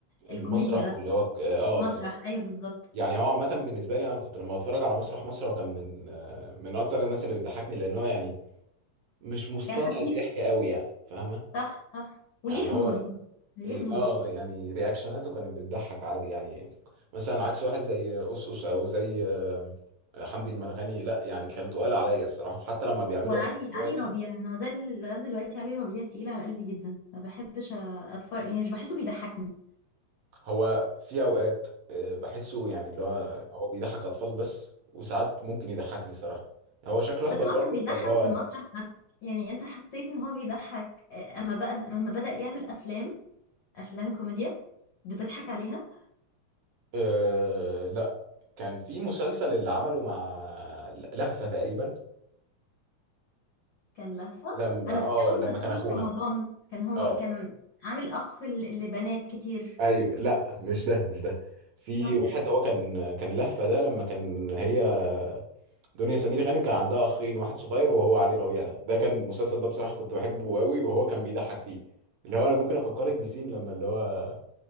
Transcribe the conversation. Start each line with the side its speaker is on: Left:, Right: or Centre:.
Right: المسرح
Left: الكوميديا
Right: واللي
Left: بس
Right: هو ك- اه
Left: مسرح
Right: آه، بالظبط
Left: أيوه بالظبط
Right: يعني هو عامة بالنسبة لي انا كنت لما بتفرج على مسرح مصر هو كان من آه، من اكتر الناس اللي بتضحكني لان هو يعني مش مصطنع
Left: كان خفيف
Right: الضحك قوي يعني فاهمة
Left: صح صح وليه
Right: يعني
Left: حضور
Right: هو
Left: برضه. ليه
Right: ري...
Left: حضور
Right: اه يعني رياكشناته كانت بتضحك عادي يعني مثلا عكس واحد زي أوس أوس، او زي آه، حمدي المرغني لا يعني كانوا تقال عليا الصراحة حتى لما بيعملوا
Left: وعلي
Right: افلام
Left: علي
Right: دلوقتي
Left: ربيع أنا مازال لغاية دلوقتي علي ربيع تقيل على قلبي جدا ما بحبش أتفرج يعني مش بحسه بيضحكني
Right: هو في اوقات آه، بحسه يعني اللي هو هو بيضحك اطفال بس وساعات ممكن يضحكني الصراحة هو شكله اهبل
Left: بس هو
Right: برضه
Left: كان بيضحك
Right: فاللي هو
Left: في المسرح بس يعني انت حسيت ان هو بيضحك آه، اما بقى اما بدأ يعمل افلام افلام كوميديا بتضحك عليها
Right: أه لا كان في مسلسل اللي عمله مع لهفة تقريبا
Left: كان لهفة
Right: لما
Left: انا
Right: اه
Left: فاكره
Right: لما
Left: مسلسله
Right: كان اخوها
Left: في رمضان كان هو
Right: اه
Left: كان عامل اخ ل- لبنات كتير
Right: ايوه لا مش ده مش ده في
Left: اه
Right: واحد هو كان كان لهفة ده لما كان هي دنيا سمير غانم كان عندها اخين واحد صغير وهو علي ربيع ده ده كان المسلسل ده بصراحة كنت بحبه قوي وهو كان بيضحك فيه اللي هو انا ممكن افكرك بسين لما اللي هو